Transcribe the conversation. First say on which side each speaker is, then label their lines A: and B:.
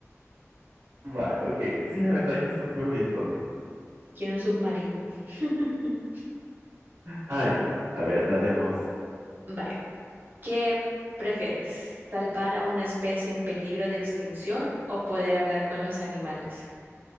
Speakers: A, on the right (about 70°); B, on the right (about 40°).
A: Vale, ok. Sí, la verdad que esto fue bien tonto.
B: Quiero un submarino. <laughs>
A: Ay, no. A ver, dale vos.
B: Vaya, ¿qué prefieres? ¿Salvar a una especie en peligro de extinción o poder hablar con los animales?